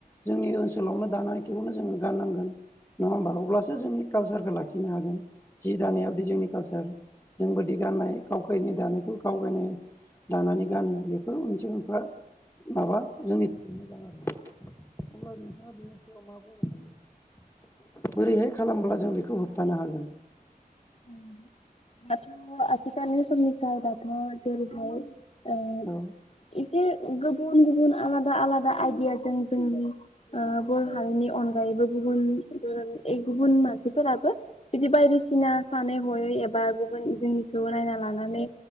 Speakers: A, on the left; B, on the left.
A: जोंनि ओनसोलावनो दानायखौनो जोङो गाननांगोन नङा होमबा अब्लासो जोंनि कालसारखौ लाखिनो हागोन जि दानायाबोदि जोंनि कालसार जों बादि गाननाय गावखायनि दानायखौ गाव गानो दानानै गानो बेफोर मोननसे मो बा माबा जोंनि थाखाय मोजां आरो अब्ला नोंथाङा बिनि सायाव मा बुंनो हायो बोरैहाय खालामब्ला जों बेखौ होबथानो हागोन
B: <unintelligible> दाथ आथिखालनि समनिफ्राय दाथ जेरैहाय ओ
A: औ
B: एसे गुबुन गुबुन आलादा आलादा आइदियाजों जोंनि ओ बरहारिनि अनगायैबो गुबुन ओ ए गुबुन मानसिफोराबो बिदि बायदि सिना सानै हयै एबा गुबुन जोंनिखौ नायना लानानै